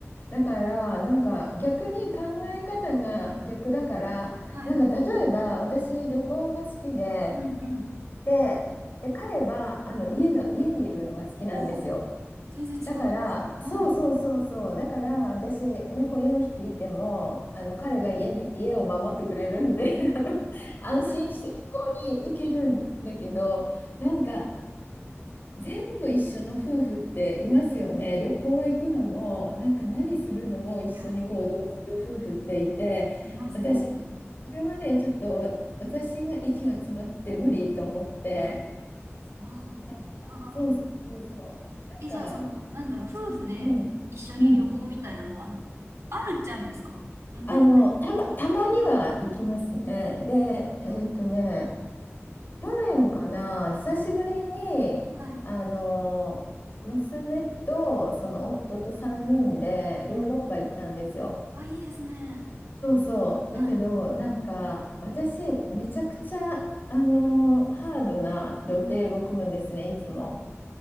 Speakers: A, on the left; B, on the right.
A: だから、なんか、逆に考え方が逆だから、
B: はい。
A: なんか例えば私旅行が好きで
B: うん、うん。
A: で、で彼はあの家が、家にいるのが好きなんですよ。
B: おお、全然違う人物。
A: だから、そうそうそうそう、
B: はい。
A: だから私、猫4匹いても、あの彼が家に、家を守ってくれるんで <laughs> あの、安心して旅行に行けるんだけど、
B: なる、
A: なんか全部一緒の夫婦っていますよね。旅行行くのも、なんか何するのも一緒に行動する夫婦っていて、
B: いや、います、
A: 私、
B: います。
A: それはね、ちょっと私が息が詰まって無理と思って。
B: あそうなんあ、
A: なんか、そうそうそうそう。なんか、
B: え、じゃあ、その、なんだろう、夫婦で一緒に旅行みたいなのは、
A: うん、うん。うん
B: あるっちゃあるんですかもうほぼない。
A: あの、たま、たまには行きますね。で、
B: うん、
A: えっとね、去年かな、久しぶりに、
B: はい。
A: あの、娘とその夫と3人でヨーロッパ行ったんですよ。
B: うん。あ、いいですね。
A: そうそう。
B: はい。
A: だけど、なんか、私、めちゃくちゃ、あの、ハードな予定を組むんですね、
B: うん。
A: いつも。